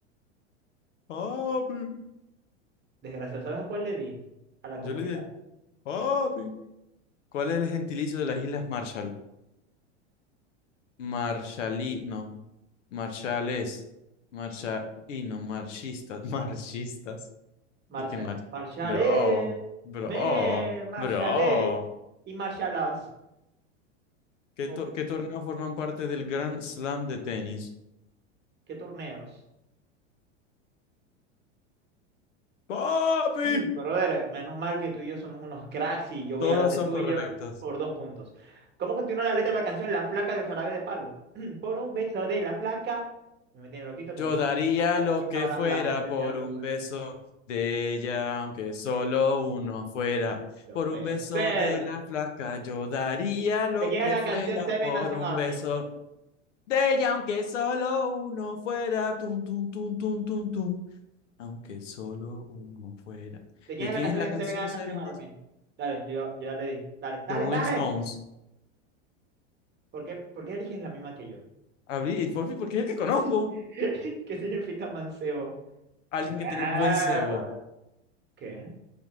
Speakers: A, on the left; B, on the right.
A: Papi.
B: Desgraciado, ¿sabes a cuál le di? A la
A: Yo
B: comunidad.
A: le dije, papi. ¿Cuál es el gentilicio de las Islas Marshall? Marshallino, marshales, marsha, y no, marchistas, <laughs> marchistas.
B: Marcha,
A: Y que mate.
B: marchale,
A: Bro, bro,
B: me, marchale
A: bro.
B: y marchalas.
A: ¿Qué,
B: Obvio.
A: to- qué torneos forman parte del Grand Slam de tenis?
B: ¿Qué torneos?
A: ¡Papi!
B: Mm, Brother, menos mal que tú y yo somos unos cracks y yo voy
A: Todas
B: adelante
A: son
B: tuyo
A: correctas.
B: por dos puntos. ¿Cómo continúa la letra de la canción La flaca del jarabe de palo? <clears throat> Por un beso de la flaca. No Me tiene loquito, como
A: Yo
B: dice
A: daría
B: la canción, mojar
A: lo
B: mis
A: que
B: sábanas
A: fuera
B: blancas. Ya,
A: por
B: ya lo que
A: un
B: fue.
A: beso de ella, aunque solo uno fuera.
B: No
A: Por
B: puede
A: un beso
B: ser.
A: de la flaca, yo daría lo
B: ¿De quién
A: que
B: es la
A: fuera
B: canción Seven
A: por
B: Nation
A: un
B: Army?
A: beso de ella, aunque solo uno fuera. Tun, tun, tun, tun, tun, tun. aunque solo uno fuera.
B: ¿De quién
A: ¿De
B: es
A: quién
B: la canción
A: es la
B: de
A: canción
B: Seven
A: Seven
B: Nation Army?
A: Days?
B: Dale, yo, yo ya le di. Dale, dale,
A: The Rolling
B: dale.
A: Stones.
B: ¿Por qué, por qué eliges la misma que yo?
A: Abrí el por fin, porque es el que conozco.
B: <laughs> ¿Qué significa mancebo?
A: Alguien
B: Mierda.
A: que tiene un buen cebo.
B: ¿Qué?